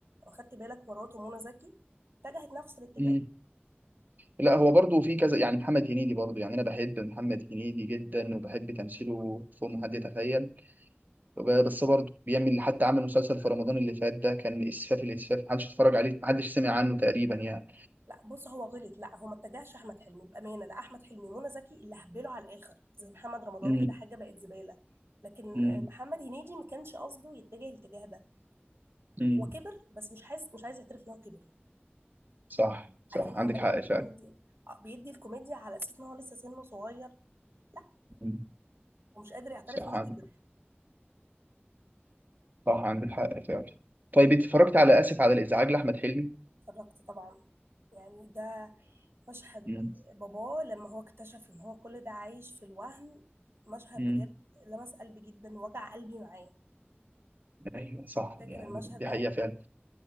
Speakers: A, on the right; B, on the right.
A: لو خدت بالك مراته منى زكي اتجهت نفس الاتجاه
B: مم. لا هو برضه في كذا يعني محمد هنيدي برضه يعني أنا بحب محمد هنيدي جدا وبحب تمثيله فوق ما حد يتخيل وب- بس برضه بيعمل حتى عمل مسلسل في رمضان اللي فات ده كان إسفاف الإسفاف محدش اتفرج عليه محدش سمع عنه تقريبا يعني
A: لا بص هو غلط لا هو ما اتجهش احمد حلمي بامانه لا احمد حلمي ومنى زكي اللي هبلوا على الاخر زي محمد رمضان
B: مم.
A: كده حاجه بقت زباله لكن
B: مم.
A: آه، محمد هنيدي ما كانش قصده يتجه الاتجاه ده
B: مم.
A: هو كبر بس مش عايز مش عايز يعترف ان هو كبر
B: صح صح
A: عارف انت
B: عندك
A: عمال
B: حق
A: يدي
B: فعلا
A: الكوميديا آه، بيدي الكوميديا على اساس ان هو لسه سنه صغير لا
B: مم.
A: ومش قادر يعترف
B: صح
A: ان هو
B: عندك
A: كبر
B: صح عندك حق فعلا طيب انت اتفرجت على اسف على الازعاج لاحمد حلمي
A: اتفرجت طبعا يعني ده مشهد
B: مم.
A: باباه لما هو اكتشف ان هو كل ده عايش في الوهم مشهد
B: مم.
A: بجد لمس قلبي جدا وجع قلبي معاه
B: ايوه صح
A: فاكر
B: يعني
A: المشهد
B: دي
A: ده
B: حقيقه فعلا